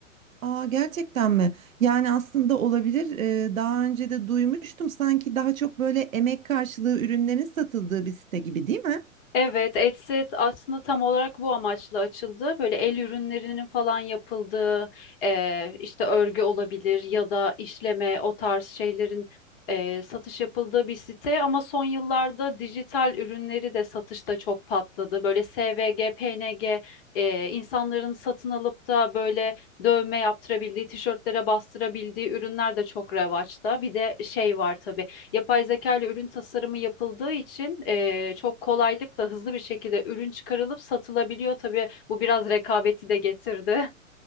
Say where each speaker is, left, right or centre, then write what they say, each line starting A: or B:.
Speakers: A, on the right; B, on the left.
A: Aa, gerçekten mi? Yani aslında olabilir. Ee, daha önce de duymuştum sanki daha çok böyle emek karşılığı ürünlerin satıldığı bir site gibi, değil mi?
B: Evet, Etsyt aslında tam olarak bu amaçla açıldı. Böyle el ürünlerinin falan yapıldığı, eee, işte örgü olabilir ya da işleme o tarz şeylerin eee, satış yapıldığı bir site. Ama son yıllarda dijital ürünleri de satışta çok patladı. Böyle SVG, PNG eee, insanların satın alıp da böyle dövme yaptırabildiği, tişörtlere bastırabildiği ürünler de çok revaçta. Bir de şey var tabii. Yapay zeka ile ürün tasarımı yapıldığı için e, çok kolaylıkla hızlı bir şekilde ürün çıkarılıp satılabiliyor. Tabii bu biraz rekabeti de getirdi.